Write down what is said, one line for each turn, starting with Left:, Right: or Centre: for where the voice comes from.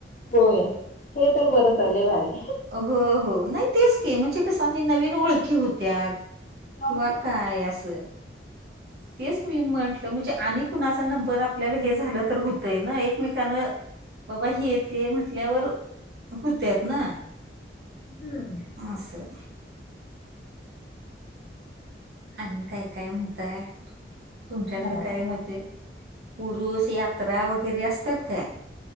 Left: होय हे तर बरंच लय भारी.
Right: हो हो नाही तेच के म्हणजे कस आणि नवीन ओळखी होत्यात.
Left: हम्म
Right: किंवा काय असं. तेच मी म्हटलं म्हणजे आणि कुणाचा नंबर आपल्याला हे झालं तर होतंय ना एकमेकानं बाबा हे ते म्हटल्यावर होत्यात ना.
Left: हम्म
Right: आससं. आणि काय काय म्हणताय? तुमच्याकडे
Left: नाही बघा
Right: काय
Left: आता.
Right: म्हते- उरुस यात्रा वगैरे असतात काय?